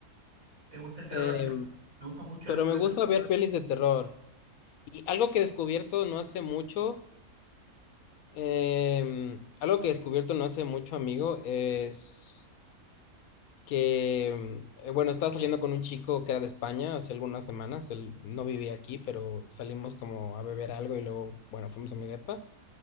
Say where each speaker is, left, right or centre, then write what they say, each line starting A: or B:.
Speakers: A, on the right (about 65°); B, on the left (about 75°).
A: ¿Te gusta el terror?
B: eh,
A: A mí también. me gustan mucho
B: pero
A: las películas
B: me gusta
A: de terror.
B: ver pelis de terror. Y algo que he descubierto no hace mucho, eh, algo que he descubierto no hace mucho, amigo, es que, eh, bueno, estaba saliendo con un chico que era de España hace algunas semanas, él no vivía aquí, pero salimos como a beber algo y luego, bueno, fuimos a mi depa.